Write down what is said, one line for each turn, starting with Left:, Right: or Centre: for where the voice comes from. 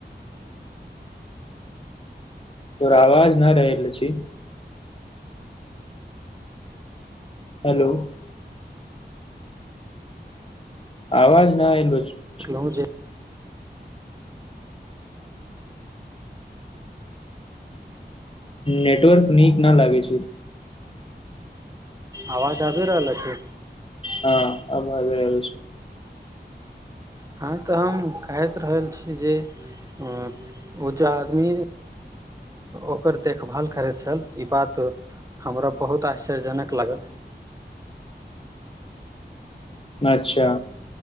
Left: तोहर आवाज नहि रहल अछी। हेलो। आवाज नहि आयल अछि
Right: देखलहुँ जे।
Left: नेटवर्क नीक नऽ लागे छै।
Right: आवाज आबि रहल अछि
Left: हँ आवाज ऐल छो
Right: हँ तऽ हम कहैत रहल छी जे ओ जे आदमी। ओकर देखभाल करैत छल ई बात। हमरा बहुत आश्चर्यजनक लागल।
Left: अच्छा